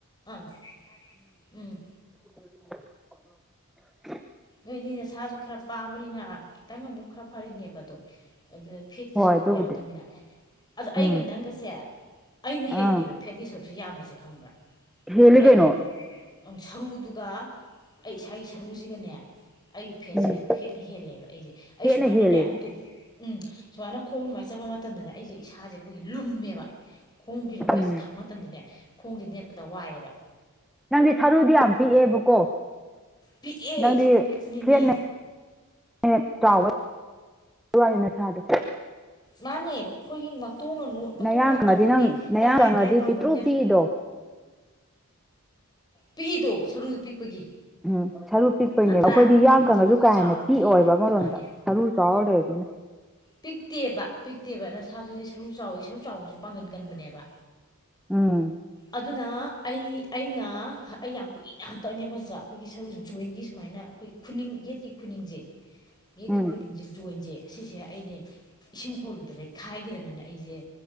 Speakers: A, on the left; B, in the centre.
A: <unintelligible> ꯎꯝ
B: <inaudible>
A: ꯅꯣꯏꯗꯤ ꯅꯁꯥꯁꯨ ꯈꯔ ꯄꯥꯕꯅꯤꯅ ꯑ ꯈꯤꯇꯪ ꯑꯃꯨꯛ ꯈꯔ ꯐꯔꯤꯅꯦꯕ ꯑꯗꯣ ꯑꯗꯨ ꯐꯦꯠꯀꯤ
B: ꯍꯣꯏ
A: ꯁꯔꯨꯛꯇꯨ
B: ꯑꯗꯨꯕꯨꯗꯤ
A: ꯌꯥꯎꯗꯝꯃꯤꯅ ꯑꯁ ꯑꯩꯒ
B: ꯎꯝ
A: ꯅꯪꯒꯁꯦ ꯑꯩꯅ ꯍꯦꯜꯂꯤꯅꯦꯕ
B: ꯑꯥ
A: ꯐꯦꯠꯀꯤ ꯁꯔꯨꯛꯁꯦ ꯌꯥꯝꯕꯁꯦ ꯈꯪꯕ꯭ꯔꯥ
B: ꯍꯦꯜꯂꯤ
A: ꯑꯩꯒꯤ
B: ꯀꯩꯅꯣ
A: ꯑꯪ ꯁꯥꯔꯨꯗꯨꯒ ꯑꯩ ꯏꯁꯥꯒꯤ ꯁꯔꯨꯁꯤꯒꯅꯦ ꯑꯩꯒꯤ ꯐꯦꯠꯁꯤꯒ
B: ꯎꯝ
A: ꯐꯦꯠꯅ ꯍꯦꯜꯂꯦꯕ ꯑꯩꯁꯦ ꯑꯩ
B: ꯐꯦꯠꯅ
A: ꯁꯨꯃꯥꯏꯅꯅꯦ
B: ꯍꯦꯜꯂꯤ
A: ꯇꯨ ꯎꯝ ꯁꯨꯃꯥꯏꯅ ꯈꯣꯡ ꯁꯨꯃꯥꯏꯅ ꯆꯠꯄ ꯃꯇꯝꯗꯅꯦ ꯑꯩꯁꯦ ꯏꯁꯥꯁꯦ ꯑꯩꯈꯣꯏꯒꯤ ꯂꯨꯝꯃꯦꯕ ꯈꯣꯡꯒꯤ ꯔ ꯋꯦꯠꯁꯦ
B: ꯎꯝ
A: ꯊꯥꯡꯕ ꯃꯇꯝꯗꯅꯦ ꯈꯣꯡꯁꯦ ꯅꯦꯠꯄꯗ ꯋꯥꯏꯌꯦꯕ
B: ꯅꯪꯗꯤ ꯁꯔꯨꯗꯤ ꯌꯥꯝ ꯄꯤꯛꯑꯦꯕꯀꯣ
A: ꯄꯤꯛꯑꯦ
B: ꯅꯪꯗꯤ
A: ꯁꯔꯨ ꯄꯤꯛꯄꯅꯤ
B: <unintelligible>
A: ꯃꯤ ꯃꯥꯟꯅꯦ ꯑꯈꯣꯏꯒꯤ ꯃꯇꯣꯡꯅ ꯅꯣꯠ ꯃꯇꯣꯡꯅ
B: ꯅꯌꯥꯡ
A: ꯑꯆꯧꯕꯒꯤ
B: ꯀꯪꯉꯗꯤ ꯅꯌꯥꯡ
A: ꯅꯪ ꯍꯥꯏꯗ꯭ꯔ
B: ꯀꯪꯉꯗꯤ
A: ꯑꯩ ꯄꯥꯝꯕꯣꯝꯁ
B: ꯄꯤꯛꯇ꯭ꯔꯨ
A: ꯌꯥꯝ
B: ꯄꯤꯛꯏꯗꯣ
A: ꯄꯤꯛꯏꯗꯣ ꯁꯔꯨꯗꯨ ꯄꯤꯛꯄꯒꯤ
B: ꯎꯝ ꯁꯔꯨ ꯄꯤꯛꯄꯩꯅꯦꯕ
A: ꯅꯠꯇ꯭ꯔꯥ
B: ꯑꯈꯣꯏꯗꯤ ꯌꯥꯌꯥꯡ ꯀꯪꯉꯁꯨ
A: ꯁꯔꯨꯗꯣ
B: ꯀꯥ
A: ꯆꯥꯎꯔꯗꯤ
B: ꯍꯦꯟꯅ ꯄꯤꯛꯑꯣꯕ ꯑꯃꯔꯣꯝꯗ
A: ꯃꯥꯅꯦ
B: ꯁꯔꯨ ꯆꯥꯎꯔꯂꯩ ꯎꯝ
A: ꯄꯤꯛꯇꯦꯕ ꯄꯤꯛꯇꯦꯕ ꯅꯁꯥꯗꯨꯗꯤ ꯁꯔꯨ ꯆꯥꯎꯏ ꯁꯔꯨ ꯆꯥꯎꯕꯁꯨ ꯄꯥꯡꯒꯟ ꯀꯟꯕꯅꯦꯕ
B: ꯎꯝ
A: ꯑꯗꯨꯅ ꯑꯩ ꯑꯩꯅ ꯑꯩ ꯌꯥꯝ ꯀꯨꯏꯅ ꯍꯟꯇꯛꯅꯦ ꯄꯖꯥ ꯑꯩꯈꯣꯏꯒꯤ ꯁꯔꯨ ꯖꯣꯏꯟꯒꯤ ꯁꯨꯃꯥꯏꯅ ꯃꯥꯏꯅ ꯑꯈꯣꯏ ꯈꯨꯅꯤꯡ ꯌꯦꯠꯀꯤ ꯈꯨꯅꯤꯡꯁꯦ ꯌꯦꯛꯀꯤ
B: ꯎꯝ
A: ꯈꯨꯅꯤꯡꯁꯦ ꯖꯣꯏꯟꯁꯦ ꯑꯁꯤꯁꯦ ꯑꯩꯩꯅ ꯏꯁꯤꯡ ꯍꯣꯜꯂꯨꯗ ꯂꯩ ꯈꯥꯏꯈꯤꯗꯅꯅ ꯑꯩꯁꯦ